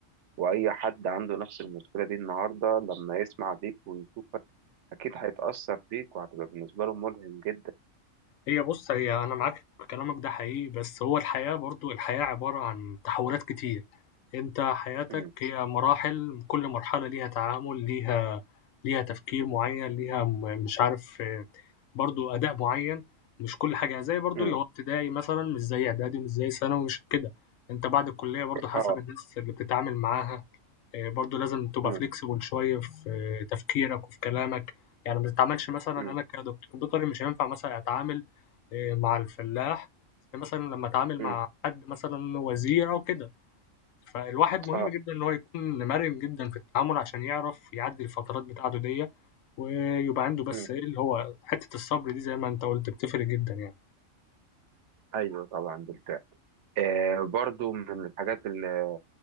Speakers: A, on the right; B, on the left.
A: وأي حد عنده نفس المشكلة دي النهاردة لما يسمع بيك ويشوفك أكيد هيتأثر بيك وهتبقى بالنسبة له ملهم جدا
B: هي بُص، هي أنا معاك في كلامك ده حقيقي، بس هو الحياة برضه الحياة عبارة عن تحولات كتير، أنت حياتك
A: م-
B: هي مراحل كل مرحلة ليها تعامل، ليها ليها تفكير معين، ليها م مش عارف برضه أداء معين، مش كل حاجة يعني زي برضه
A: م-
B: اللي هو ابتدائي مثلًا مش زي إعدادي، مش زي ثانوي، مش كده، أنت بعد الكلية برضه حسب
A: آه
B: الناس اللي بتتعامل معاها. آه، برضو لازم تبقى
A: م-
B: فليكسبل شوية في تفكيرك وفي كلامك يعني ما تتعاملش مثلا
A: م-
B: أنا كدكتور بيطري مش هينفع مثلا أتعامل آه، مع الفلاح زي مثلا لما أتعامل
A: م-
B: مع حد مثلا وزير أو كده فالواحد مهم
A: آه
B: جدا إن هو يكون مرن جدا في التعامل عشان يعرف يعدي الفترات بتاعته دي ويبقى عنده بس
A: م.
B: إيه اللي هو حتة الصبر دي زي ما أنت قلت بتفرق جدا يعني
A: أيوه طبعا بالفعل آه برضو من الحاجات اللي